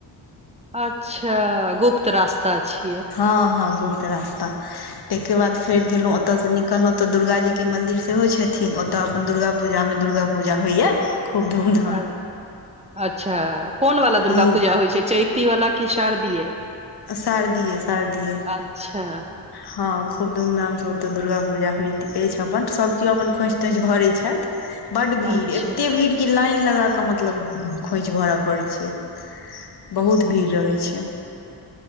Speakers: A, on the right (about 15°); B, on the left (about 60°).
A: अच्छाऽ, गुप्त रास्ता छियै?
B: हाँ-हाँ गुप्त रास्ता। तैके बाद फेर गेलौं ओतऽ स निकलौं तऽ दुर्गाजी के मन्दिर सेहो छेथिन ओ तऽ अपन दुर्गा पूजा में दुर्गा पूजा होइयैऽ। खुब धूमधा
A: अ-अच्छा, कोन बला दुर्गा
B: हूँ
A: पूजा होइ छै चैती वला कि शारदीय?
B: शारदीये-शारदीये।
A: अच्छा
B: हाँ खुब धूम धाम स ओतऽ दुर्गा पूजा होइत अईछ अपन, सब कियो अपन खोंइछ तोंइछ भरै छाईथ। बड्ड भीड़,
A: अच्छा
B: एते भीड़ कि लाइन लगाकऽ मतलब खोंईछ भरऽ पड़ै छै, बहुत भीड़ रहै छैं।